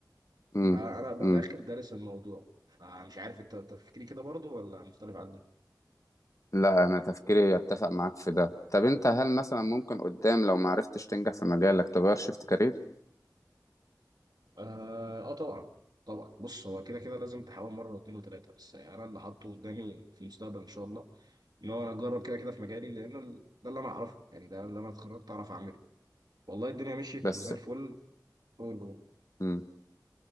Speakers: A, on the left; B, on the right.
A: امم
B: فانا ابقى داخل دارس الموضوع فمش عارف انت تفكيري كده برضو ولا مختلف عني؟
A: لا انا تفكيري يتفق معاك في ده طب انت هل مثلا ممكن قدام لو ما عرفتش تنجح في مجالك تغير شيفت كارير
B: اه آه طبعا طبعا بص هو كده كده لازم تحاول مره واثنين وثلاثه بس يعني انا اللي حاطه قدامي في المستقبل ان شاء الله ان هو انا اجرب كده كده في مجالي لان ال- ده اللي انا اعرفه يعني ده اللي انا اتخرجت اعرف اعمله والله الدنيا مشيت
A: بس
B: وزي الفل أول- ما
A: امم